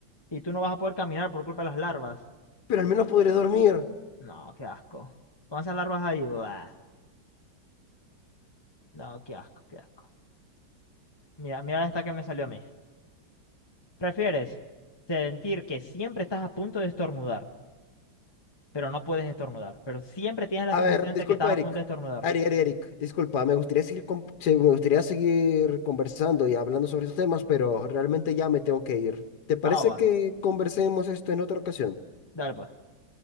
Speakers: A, on the left; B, on the left.
A: Y tú no vas a poder caminar por culpa de las larvas.
B: pero al menos podré dormir.
A: No, qué asco. Con esas larvas ahí, buah. No, qué asco, qué asco. Mira, mira esta que me salió a mí. ¿Prefieres sentir que siempre estás a punto de estornudar, pero no puedes estornudar, pero siempre tienes la
B: A
A: sensación
B: ver,
A: de
B: disculpa,
A: que estás a
B: Eric.
A: punto de estornudar?
B: Ari, Ari, Eric, disculpa. Me gustaría seguir, con- se- me gustaría seguir conversando y hablando sobre estos temas, pero realmente ya me tengo que ir. ¿Te parece
A: Ah, bueno.
B: que conversemos esto en otra ocasión?
A: Dale, pues.